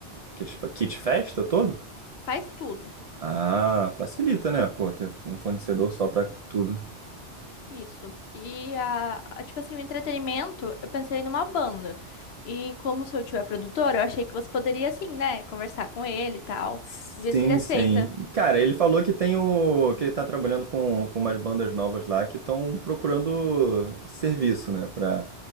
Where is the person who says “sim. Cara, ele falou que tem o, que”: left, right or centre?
Right